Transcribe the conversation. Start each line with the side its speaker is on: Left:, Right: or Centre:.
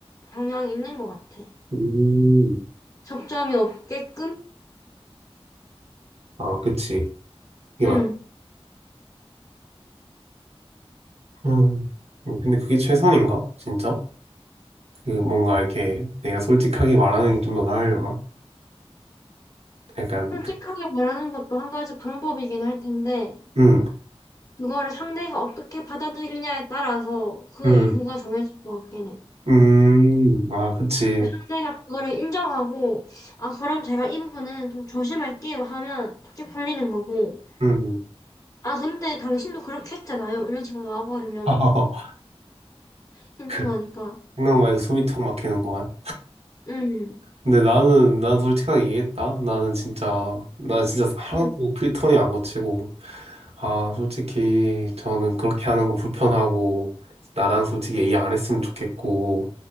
Left: 경향이 있는 것 같아.
Right: 음.
Left: 접점이 없게끔?
Right: 아, 그치. 이게
Left: 응.
Right: 맞. 음. 근데 그게 최선인가? 진짜? 그 뭔가 이렇게 내가 솔직하게 말하는 게 좀 더 나으려나? 약간
Left: 솔직하게 말하는 것도 한 가지 방법이긴 할 텐데,
Right: 음,
Left: 그거를 상대가 어떻게 받아들이냐에 따라서 그
Right: 음,
Left: 이후가 정해질 것 같긴 해.
Right: 음. 아, 그치.
Left: 그 상대가 그거를 인정하고, 아, 그럼 제가 이 부분은 좀 조심할게요 하면 좋게 풀리는 거고,
Right: 음.
Left: 아, 근데 당신도 그렇게 했잖아요. 이런 식으로 나와버리면
Right: <laughs>
Left: 힘든
Right: 그
Left: 거니까.
Right: 생각만 해도 숨이 턱 막히는구만.
Left: 응,
Right: 근데 나는 난 솔직하게 얘기했다. 나는 진짜 난 진짜 하나도
Left: 응,
Right: 필터링 안 거치고 아 솔직히 저는 그렇게 하는 거 불편하고 나랑 솔직히 얘기 안 했으면 좋겠고